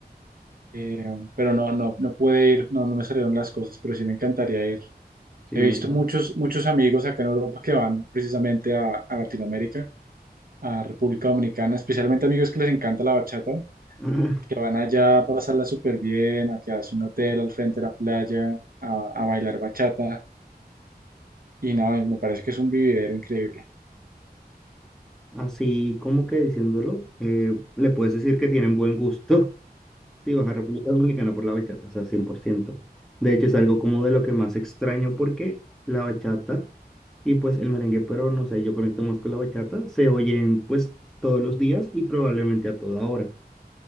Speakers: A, on the right; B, in the centre.
A: eh, pero no, no, no pude ir, no, no me salieron las cosas, pero sí me encantaría ir.
B: Sí,
A: He visto
B: o sea,
A: muchos, muchos amigos acá en Europa que van precisamente a, a Latinoamérica, a República Dominicana, especialmente amigos que les encanta la bachata.
B: <laughs>
A: que van allá a pasarla súper bien, a quedarse en un hotel al frente de la playa, a, a bailar bachata. Y no, me parece que es un vividero increíble.
B: así como que diciéndolo, eh, le puedes decir que tienen buen gusto. <laughs> Sí, vas a República Dominicana por la bachata, o sea, cien por ciento De hecho, es algo como de lo que más extraño porque la bachata y pues el merengue, pero no sé, yo conecto más con la bachata, se oyen pues todos los días y probablemente a toda hora.